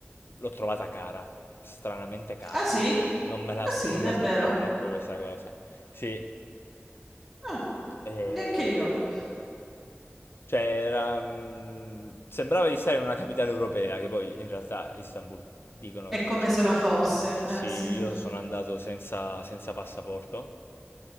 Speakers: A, on the left; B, in the centre.
A: l'ho trovata cara, stranamente cara.
B: Ah sì?
A: Non me la-
B: Ah sì,
A: non
B: davvero?
A: mi aspettavo manco questa cosa. Sì.
B: Ah,
A: Eh,
B: neanche io.
A: cioè, era, mm, sembrava di stare in una capitale europea, che poi in realtà Istanbul dicono
B: È
A: che
B: come
A: faccia...
B: se lo fosse.
A: Sì,
B: Eh,
A: io
B: sì.
A: sono andato senza, senza passaporto,